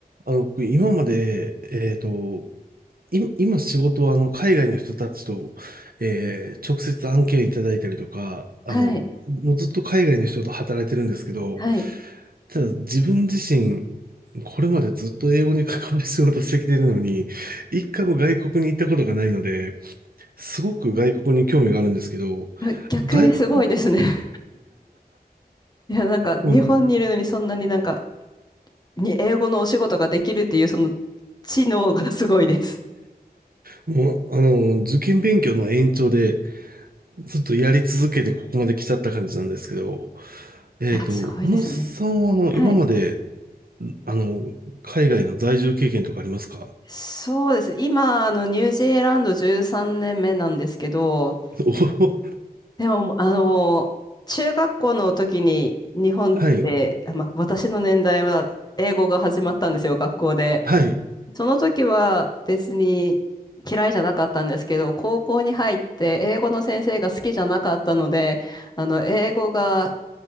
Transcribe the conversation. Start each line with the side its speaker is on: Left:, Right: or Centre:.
Right: あの、僕、今まで、えっと、今、今仕事は、あの、海外の人たちと、えー直接案件いただいたりとか、あの、
Left: はい。
Right: もうずっと海外の人と働いてるんですけど、
Left: はい。
Right: ただ自分自身、これまでずっと英語に関わる仕事してきてるのに、一回も外国に行ったことがないので、すごく外国に興味があるんですけど、
Left: あ逆にすごいですね。
Right: 外国、
Left: <laughs> いや、なんか、日本にいるのにそんなになんか、
Right: もう、
Left: に英語のお仕事ができるっていう、その、知能がすごいです。
Right: もうあの、受験勉強の延長で、ずっとやり続けてここまで来ちゃった感じなんですけど、えっと、
Left: いや、すごいですね。
Right: 小野さんは、あの、
Left: はい。
Right: 今まで、あの、海外の在住経験とかありますか
Left: そうです。今、あの、ニュージーランド13年目なんですけど、
Right: おお、
Left: でも、あの、中学校の時に日本って、
Right: <laughs> はい、
Left: あまあ、私の年代は英語が始まったんですよ、学校で。
Right: はい、
Left: その時は別に嫌いじゃなかったんですけど、高校に入って英語の先生が好きじゃなかったので、あの、英語が